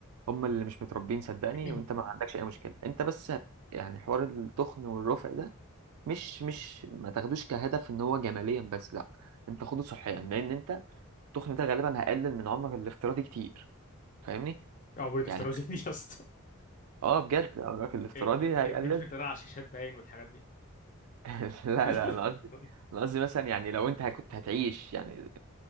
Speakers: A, on the right; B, on the left.
A: هم اللي مش متربين صدقني
B: <clears throat>
A: وانت ما عندكش اي مشكله انت بس يعني حوار التخن والرفع ده مش مش ما تاخدوش كهدف ان هو جماليا بس لا انت خده صحيا لان انت التخن ده غالبا هيقلل من عمرك الافتراضي كتير فاهمني
B: عمري الافتراضي
A: يعني
B: دي <clears throat> يا اسطى
A: اه بجد عمرك الافتراضي
B: ايه ايه
A: هيقلل
B: ايه دي مش بتتريق على الشاشات باين والحاجات دي
A: <laughs> لا
B: <laughs>
A: لا انا قصدي انا قصدي مثلا يعني لو انت كنت هتعيش يعني